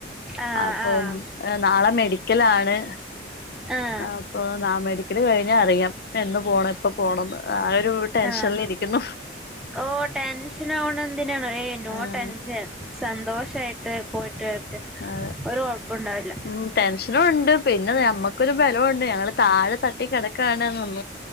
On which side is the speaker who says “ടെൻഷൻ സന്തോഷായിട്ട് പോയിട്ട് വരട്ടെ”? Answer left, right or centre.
Centre